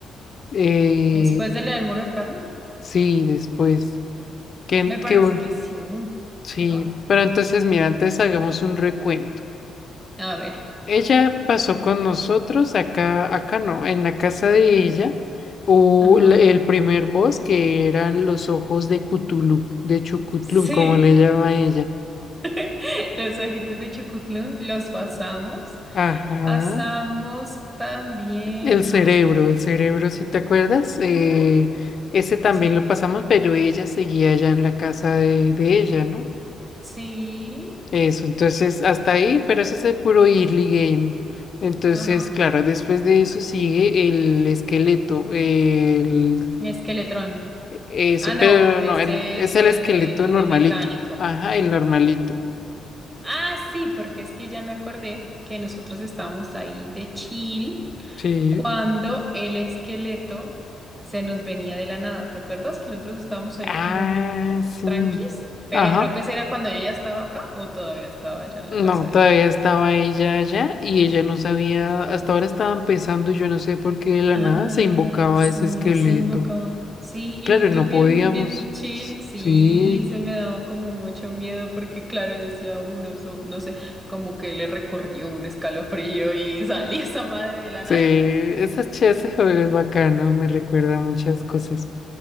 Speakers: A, on the left; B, on the right.
A: eh,
B: después de la del muro de carne.
A: Sí, después. ¿Qué,
B: Me parece
A: qué bon-
B: que sí,
A: Sí,
B: ¿no?
A: pero entonces, mira, antes hagamos un recuento.
B: A ver.
A: Ella pasó con nosotros acá, acá no, en la casa de ella, o
B: Ajá.
A: la- el primer boss que eran los ojos de Cthulhu, de Chucutlún,
B: Sí.
A: como le llama ella.
B: <laughs> Los ojitos de Chucutlún los pasamos.
A: Ajá.
B: Pasamos también.
A: El cerebro,
B: Ah, es que.
A: el cerebro, si te acuerdas, Eh,
B: Ujú,
A: ese también
B: Sí,
A: lo pasamos, pero ella seguía allá en la casa de, de ella, ¿no?
B: sí.
A: Eso, entonces hasta ahí, pero eso es el puro early game. Entonces,
B: Ajá.
A: claro, después de eso sigue el esqueleto, el
B: Esqueletrón.
A: eso,
B: Ah, no.
A: pero
B: Este
A: no, el, es
B: es
A: el
B: el
A: esqueleto
B: de, el
A: normalito.
B: de mecánico.
A: Ajá, el normalito.
B: Ah, sí, porque es que ya me acordé que nosotros estábamos ahí de chill.
A: Sí.
B: cuando el esqueleto se nos venía de la nada. ¿Te acuerdas que nosotros estábamos ahí
A: Ah,
B: como, como
A: sí.
B: tranquis? Pero
A: Ajá.
B: creo que ese era cuando yo ya estaba acá o todavía estaba allá en
A: No,
B: la casa de
A: todavía
B: ella.
A: estaba ella allá y ella no sabía, hasta ahora estaban pensando, y yo no sé por qué de la
B: Ah,
A: nada se invocaba
B: sí,
A: ese esqueleto.
B: se invocaba. Sí, y
A: Claro,
B: nosotros
A: no
B: bien,
A: podíamos.
B: bien chill, sí,
A: Sí.
B: se me daba como mucho miedo porque claro, decía uno, so- no sé, como que le recorrió un escalofrío y <laughs> salí esa madre de la nada.
A: Sí, ese, ch- ese juego es bacano, me recuerda a muchas cosas.